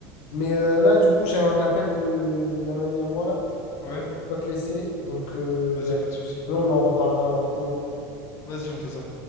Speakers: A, on the left; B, on the left.
A: Mais euh, là, du coup, j'ai un appel de d'un ami à moi là.
B: Ouais,
A: Euh, je dois te laisser. Donc, euh,
B: vas-y,
A: ben,
B: pas de souci.
A: on en reparlera à un autre moment.
B: Vas-y, on fait ça.